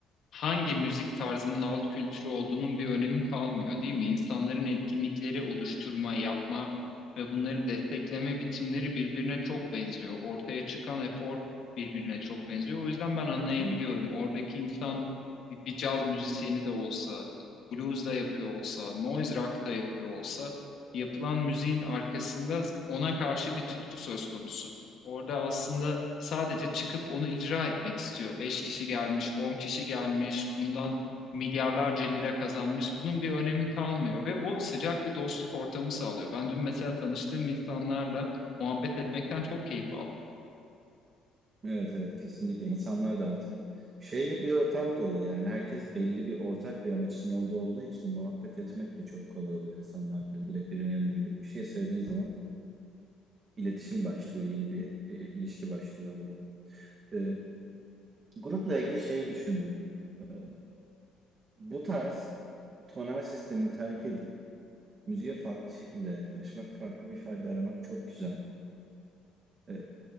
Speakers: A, on the left; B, on the right.
A: hangi müzik tarzının alt kültürü olduğunun bir önemi kalmıyor, değil mi? İnsanların etkinlikleri oluşturma, yapma ve bunları destekleme biçimleri birbirine çok benziyor. Ortaya çıkan efor birbirine çok benziyor. O yüzden ben anlayabiliyorum.
B: Hı.
A: Oradaki insan bir, bir caz müzisyeni de olsa, blues da yapıyor olsa, noise rock da yapıyor olsa, yapılan müziğin arkasında ona karşı bir tutku söz konusu. Orada aslında sadece çıkıp onu icra etmek istiyor. 5 kişi gelmiş, 10 kişi gelmiş, bundan milyarlarca lira kazanmış. Bunun bir önemi kalmıyor ve o sıcak bir dostluk ortamı sağlıyor. Ben dün mesela tanıştığım insanlarla muhabbet etmekten çok keyif aldım.
B: Evet evet kesinlikle. insanlar da artık şeyle bir ortam dolu yani. Herkes belli bir ortak bir amaç için orada olduğu için muhabbet etmek de çok kolay oluyor insanlarla. Direkt birinin yanına gidip bir şey söylediğin zaman iletişim başlıyor. Yeni bir e, ilişki başlıyor oluyor. E, grupla ilgili şeyi düşündüm. E, bu tarz tonal sistemi terk edip müziğe farklı şekilde yaklaşmak, farklı bir fayda aramak çok güzel. E,